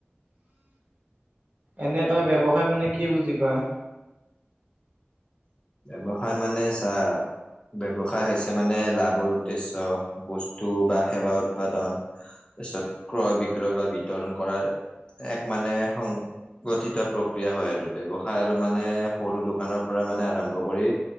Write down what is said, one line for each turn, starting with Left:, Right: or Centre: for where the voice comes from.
Right: এনে তই ব্যৱসায় মানে কি বুজি পাও?
Left: ব্যৱসায় মানে চা ব্যৱসায় হৈছে মানে লাভৰ উদ্দেশ্য বস্তু বা সেৱা উৎপাদন তাৰপিছত ক্ৰয় বিক্ৰয় বা বিতৰণ কৰাৰ এক মানে গঠিত প্ৰক্ৰিয়া হয় আৰু ব্যৱসায় আৰু মানে সৰু দোকানৰ পৰা মানে আৰম্ভ কৰি